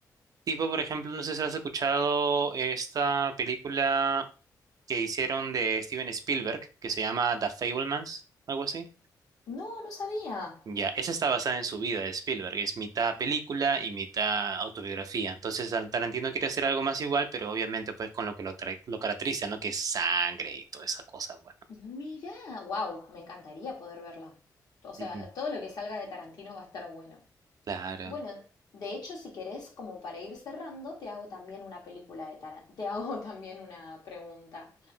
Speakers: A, on the right; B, on the left.
A: Tipo, por ejemplo, no sé si has escuchado esta película que hicieron de Steven Spielberg, que se llama The Fablemans, algo así.
B: No, no sabía.
A: Ya, esa está basada en su vida de Spielberg, es mitad película y mitad autobiografía. Entonces Tar- Tarantino quería hacer algo más igual, pero obviamente pues con lo que lo, tra- lo caracteriza, ¿no? Que es sangre y toda esa cosa, bueno.
B: Mirá, wow, me encantaría poder verla. O sea,
A: Ujú.
B: todo lo que salga de Tarantino va a estar bueno.
A: Claro.
B: Bueno, de hecho, si querés, como para ir cerrando, te hago también una película de Tarantino. Te hago <laughs> también una pregunta.